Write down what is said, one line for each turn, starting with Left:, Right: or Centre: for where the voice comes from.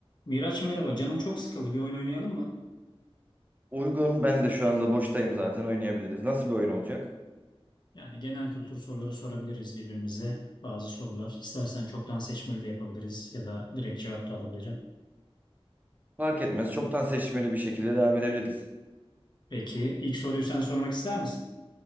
Left: Miraç merhaba, canım çok sıkıldı. Bir oyun oynayalım mı?
Right: Uygun. Ben de şu anda boştayım zaten oynayabiliriz. Nasıl bir oyun olacak?
Left: Yani genel kültür soruları sorabiliriz birbirimize. Bazı sorular. İstersen çoktan seçmeli de yapabiliriz ya da direkt cevap da alabilirim.
Right: Fark etmez. Çoktan seçmeli bir şekilde devam edebiliriz.
Left: Peki ilk soruyu sen sormak ister misin?